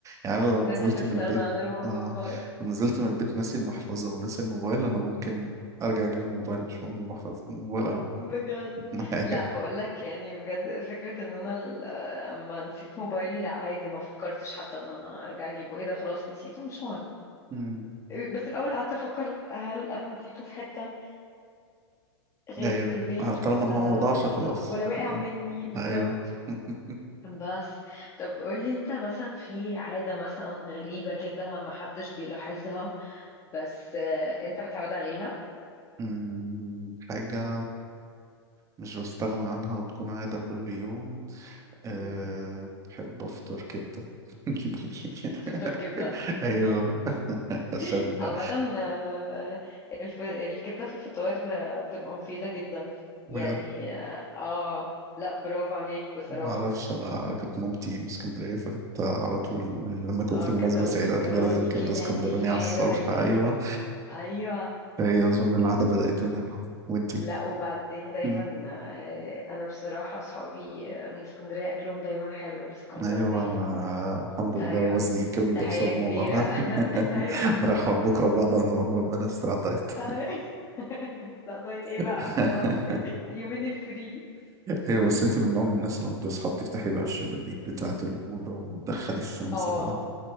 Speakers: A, on the right; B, on the left.
A: أنا لو
B: ان انت
A: نزلت
B: تستغنى
A: من البيت
B: عن الموبايل
A: آه لو نزلت من البيت ناسي المحفظة وناسي الموبايل أنا ممكن أرجع أجيب الموبايل مش مهم المحفظة الموبايل أهو
B: بجد
A: <laughs> معايا
B: لا بقولك يعني بجد فكرة ان انا ال- آه، اما نسيت موبايلي لا عادي ما فكرتش حتى ان انا ارجع اجيبه ايه ده خلاص نسيته مش مهم
A: أمم،
B: بس الاول قعدت افكر هل انا نسيته في حتة غير
A: أيوه
B: البيت
A: آه، طالما
B: ولا
A: إن هو مضاعش خلاص
B: ولا واقع
A: آه،
B: مني بالظبط
A: أيوه <laughs>
B: بس طب قولي انت مثلا في عادة مثلا غريبة كده محدش بيلاحظها بس آه، انت متعود عليها
A: أمم، حاجة مش بستغنى عنها وتكون عادة كل يوم أه
B: مم،
A: بحب أفطر كبدة <laughs>
B: تفطر كبدة
A: أيوه
B: <laughs>
A: عشان
B: عامة آه، الف... الكبدة في الفطار آه، بتبقى مفيدة جدا يعني
A: بجد
B: اه آه، لا برافو عليك بصراحة
A: ما أعرفش أنا كانت مامتي من اسكندرية فكنت على طول لما يكون
B: اه
A: في
B: الكبدة
A: مناسبة
B: الاسكندراني
A: سعيدة أو كده لازم كبدة
B: كده
A: اسكندراني
B: دي الحلوة
A: على الصبح
B: دي
A: أيوه
B: ايوه
A: فهي أظن العادة بدأت من هنا وأنتي
B: لا وبعدين دايما
A: مم.
B: آه، انا بصراحة اصحابي آه، من اسكندرية اكلهم دايما حلو الاسكندرانية
A: أيوه أنا الحمد لله
B: ايوه
A: وزني كل
B: تحية
A: ده بسبب
B: كبيرة
A: ماما
B: <laughs> ايوه
A: <laughs> أنا رايح أقعد بكرة بعد عن الأم ربنا يستر على الدايت
B: ايوه لا دايت ايه بقى
A: <laughs>
B: خلاص <laughs> يومين الفري
A: أيوه بس أنتي من نوع من الناس اللي لما بتصحى بتفتحي بقى الشبابيك بتاعة الأوضة وتدخلي الشمس
B: اه
A: بقى